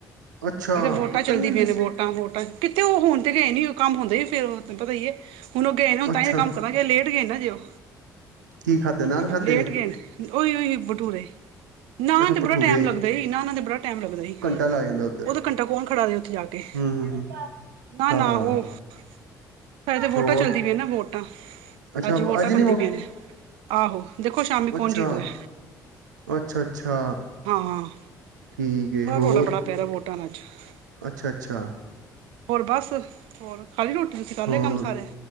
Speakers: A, on the right; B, on the right.
A: ਅੱਛਾ
B: ਏਥੇ ਵੋਟਾਂ
A: ਕੀਤਾ
B: ਚੱਲਦੀ
A: ਨੀ ਹਲੇ
B: ਪਈਆਂ ਨੇ ਵੋਟਾਂ, ਵੋਟਾਂ। ਕਿੱਥੇ ਓ ਹੁਨ ਤੇ ਗਏ ਨੀ ਓ ਕਾੰਮ ਹੁੰਦੇ ਈ ਫੇਰ ਤੈਨ ਪਤਾ ਈ ਏ, ਹੁਨ ਓ ਗਏ ਨੇ ਹੁਨ ਤਾਂਈ
A: ਅੱਛਾ
B: ਕਾੰਮ ਕਰ ਮੈਂ ਕੇਆ ਲੇਟ ਗੇ ਨਾ ਅਜੇ ਓ,
A: ਕੀ ਖਾਧੇ ਨਾਨ ਖਾਧੇ
B: ਲੇਟ
A: ਨੇ
B: ਗੇ ਨ ਓਈ, ਓਈ ਭਟੂਰੇ, ਨਾ
A: ਅੱਛਾ
B: ਐਨ ਤੇ
A: ਭਠੂਰੇ
B: ਬੜਾ ਟੈਮ ਲੱਗਦਾ ਈ, ਨਾ ਤਾਂ ਬੜਾ ਟੈਮ ਲੱਗਦਾ ਈ।
A: <unintelligible>
B: ਓਦੋ ਘੰਟਾ ਕੋਨ ਖੜਾ ਹੋਏ ਓਥੇ ਜਾ ਕੇ।
A: ਹੂੰ ਹੂੰ ਹੂੰ।
B: ਨਾ,
A: ਹਾਂ
B: ਨਾ ਓ ਸਾਡੇ ਵੋਟਾਂ
A: ਹੋਰ
B: ਚੱਲਦੀ ਪੀਆਂ ਨਾ ਵੋਟਾਂ
A: ਅੱਛਾ
B: ਆੱਜ ਵੋਟਾਂ
A: ਅੱਜ
B: ਪੈਂਦੀ
A: ਨੀ
B: ਪਈਆਂ ਨੇ, ਆਹੋ ਦੇਖੋ ਸ਼ਾਮੀ
A: ਅੱਛਾ
B: ਕੋਨ ਜੀਤ ਦਾ ਐ।
A: ਅੱਛਾ, ਅੱਛਾ।
B: ਹਾਂ।
A: ਠੀਕ ਏ
B: ਉਹਦਾ
A: ਹੋਰ
B: <unintelligible>
A: ਅੱਛਾ, ਅੱਛਾ।
B: ਹੋਰ ਬਾੱਸ, ਹੋਰ ਖਾਲੀ ਰੋਟੀ ਤੁਸੀ ਕਾੱਰ
A: ਹੋਰ
B: ਲੇ ਕਾੰਮ ਸਾਰੇ